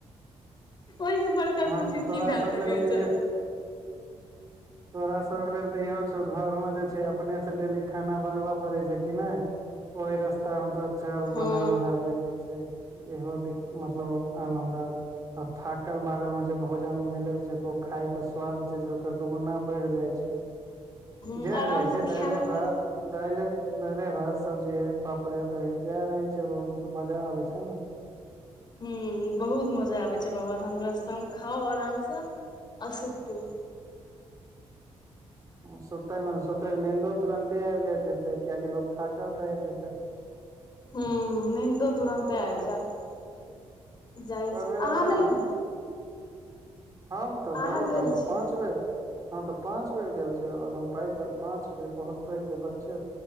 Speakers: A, on the left; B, on the right.
A: ओहिस बड़ तब
B: हँ
A: खुशी
B: तोरा
A: की भए
B: सब
A: सकै
B: लेल तऽ
A: छै
B: ई तोरा सब के लेल तऽ इहो छौ घर में जे छै अपने से डेली खाना बनबय पड़े छै कि नहि ओहि रस्ता मे तो चल
A: हँ
B: बनल बनेल मिलै छै इहो देख मतलब आनन्द आइत आ थाकल मारल भोजन मिलै छै तऽ ओ खायके स्वाद जे छै ओकर दुगुना बढ़ि जाइ छै
A: ह
B: जे
A: आरामसँ
B: रहै छै दाले
A: खा लिअ
B: भात दाले दाले भात सब्जी पापड़े दही जएह रहै छै ओहिमे तऽ मजा आबै छै ने
A: हूँ बहुत मजा आबै छै बाबाधाम के रास्तामे खाऊ आरामसँ आ सुतू
B: सुतैमे सुतैमे नीन्दो तुरंते आबि जाइत हेतै कियाकि लोको थाकल रहैत हेतै
A: हूं नीदो तुरंते आबि जायत जाइ
B: आओर
A: छै
B: ओहि रास्ता
A: अहाँ नय
B: मे हम तऽ
A: अहाँ
B: बहुत
A: गेल
B: हम तऽ
A: छियै
B: पाँच बेर हम तऽ पाँच बेर गेल छिय आ हम पैदल पाँच बेर बहुत पहिले बच्चे